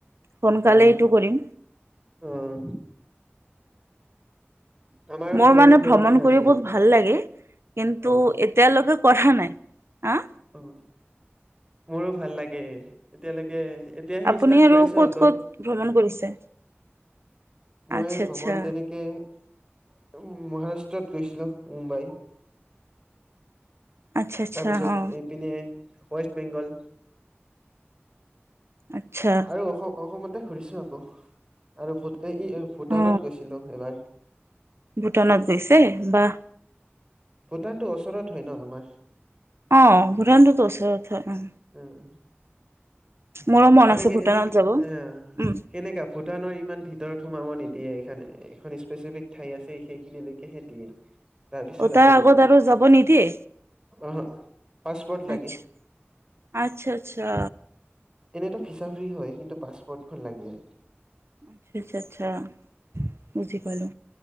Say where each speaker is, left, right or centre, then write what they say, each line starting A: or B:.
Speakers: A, on the right; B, on the right.
A: সোনকালে
B: অ'
A: এইটো কৰিম।
B: অ' আমাৰো
A: মোৰ
B: প্লেনিং
A: মানে
B: তেনেকে
A: ভ্ৰমণ
B: নাছিল।
A: কৰি বহুত ভাল লাগে। কিন্তু
B: অ'
A: এতিয়ালৈকে কৰা নাই হা?
B: অ' মোৰো ভাল লাগে এতিয়ালৈকে এতিয়াহে
A: আপুনি
B: ষ্টাৰ্ট
A: আৰু
B: কৰিছ
A: ক'ত
B: আকৌ।
A: ক'ত ভ্ৰমণ কৰিছে
B: মই
A: আচ্ছা
B: ভ্ৰমণ
A: আচ্ছা
B: তেনেকে উ মহাৰাষ্ট্ৰত গৈছিলো মুম্বাই।
A: আচ্ছা আচ্ছা
B: তাৰপিছত
A: অ
B: এইপিনে ৱেষ্ট বেংগল।
A: আচ্ছা
B: আৰু অসম - অসমতে ঘুৰিছো আকৌ আৰু বহুত এই ই ভূটানত
A: অ
B: গৈছিলোঁ এইবাৰ।
A: ভূটানত গৈছে বা
B: ভূটানটো ওচৰত হয় ন আমাৰ।
A: আহ ভৰাণ্টোতো আছেথা অ'।
B: উম।
A: মোৰো মন
B: মানে
A: আছে
B: কি
A: ভূটানত
B: এনেকে
A: যাব।
B: এ
A: উম,
B: কেনেকা ভূটানৰ ইমান ভিতৰত সোমাব নি দিয়ে এখন এখন স্পেচিফিক ঠাই আছে সেইখিনিলৈকেহে দিয়ে। তাৰপিছত
A: অ তাৰ
B: আকৌ নিদিয়ে
A: আগত আৰু যাব নিদিয়ে?
B: অহ পাছপৰ্ট লাগে।
A: আচ্ছা, আচ্ছা আচ্ছা।
B: এনেতো ভিছা ফ্ৰী হয় কিন্তু পাছপোৰ্টখন লাগে।
A: আচছা আচ্ছা আচ্ছা, বুজি পালো।